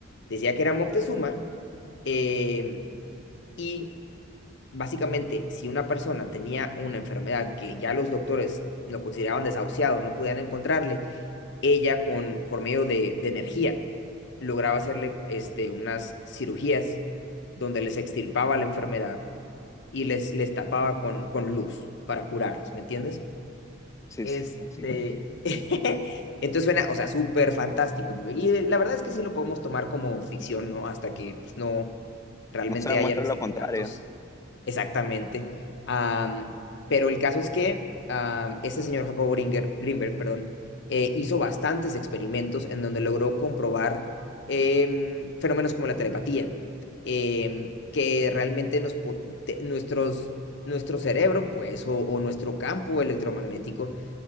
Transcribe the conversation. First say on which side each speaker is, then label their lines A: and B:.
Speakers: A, on the left (about 60°); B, on the left (about 15°).
A: Decía que era Moctezuma em, y básicamente, si una persona tenía una enfermedad que ya los doctores lo consideraban desahuciado, no podían encontrarle, ella con, por medio de, de energía lograba hacerle este, unas cirugías donde les extirpaba la enfermedad y les, les tapaba con, con luz para curarlos, ¿me entiendes?
B: Sí,
A: Este,
B: sí, sí, sí.
A: <laughs> entonces suena, o sea, súper fantástico, ¿no? Y eh, la verdad es que sí lo podemos tomar como ficción, ¿no? Hasta que pues, no realmente
B: No se demuestra
A: hayan así
B: lo contrario.
A: datos Exactamente. Am, pero el caso es que am, este señor Jacobo Gringer- Greenberg, perdón, eh, hizo bastantes experimentos en donde logró comprobar em, fenómenos como la telepatía, em, que realmente nos, po- te- nuestros, nuestro cerebro, pues, o, o nuestro campo electromagnético,